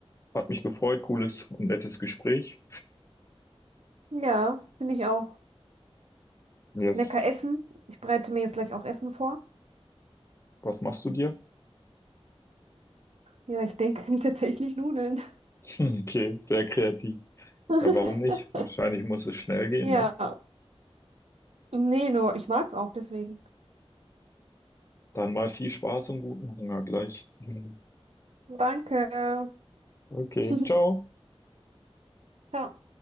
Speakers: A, on the left; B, on the right.
A: Hat mich gefreut. Cooles und nettes Gespräch.
B: Ja, finde ich auch.
A: Jetzt,
B: Lecker essen. Ich bereite mir jetzt gleich auch Essen vor.
A: was machst du dir? <laughs>
B: Ja, ich denke, <laughs> es sind tatsächlich Nudeln.
A: Hm, Okay, sehr kreativ.
B: <laughs>
A: Ja, warum nicht? Wahrscheinlich muss es schnell gehen,
B: Ja,
A: ne?
B: nee, nur ich mag's auch deswegen.
A: Dann mal viel Spaß und guten Hunger gleich. <laughs> Mhm.
B: Danke.
A: Okay,
B: <laughs>
A: ciao.
B: Ciao.